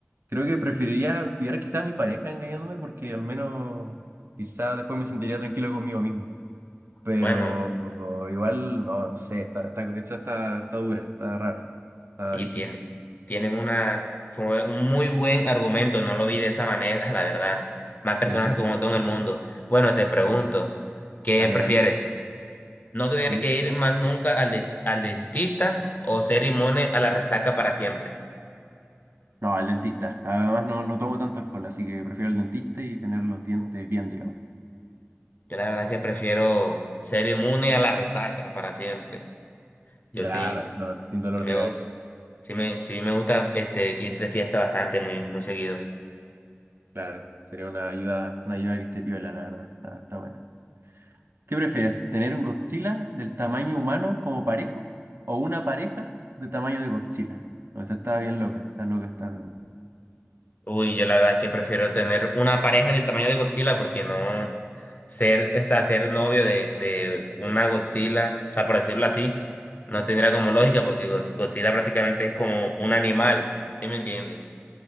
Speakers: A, on the right (about 60°); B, on the left (about 40°).
A: Creo que preferiría pillar quizá a mi pareja engañándome porque al menos quizá después me sentiría tranquilo conmigo mismo. Pero
B: Bueno.
A: igual, no, no sé, está, está, esa está, está dura, está rara, está
B: Sí,
A: difícil.
B: tiene, tienes una, fue un muy buen argumento, no lo vi de esa manera, <laughs> la verdad. Más
A: Sí,
B: personas
A: sí,
B: como tú en el mundo. Bueno, te pregunto, ¿qué
A: dale,
B: prefieres?
A: dale.
B: ¿No tener
A: Sí, sí.
B: que ir más nunca al, des- al dentista o ser inmune a la resaca para siempre?
A: No, al dentista. Además no, no tomo tanto alcohol, así que prefiero al dentista y tener los dientes bien, digamos.
B: Yo la verdad que prefiero ser inmune a la resaca para siempre. Yo
A: Claro,
B: sí,
A: no, sin dolor
B: sí me,
A: de cabeza.
B: gu- sí me, sí me gusta este, ir de fiesta bastante, muy, muy seguido.
A: Claro, sería una ayuda, una ayuda que esté piola, la verdad. Está, está bueno. ¿Qué prefieres? ¿Tener un Godzilla del tamaño humano como pareja o una pareja de tamaño de Godzilla? No, esta está bien loca, está loca esta pregunta.
B: Uy, yo la verdad es que prefiero tener una pareja del tamaño de Godzilla porque no ser, o sea, ser novio de, de una Godzilla, o sea, por decirlo así, no tendría como lógica porque Go- Godzilla prácticamente es como un animal, ¿sí me entiendes?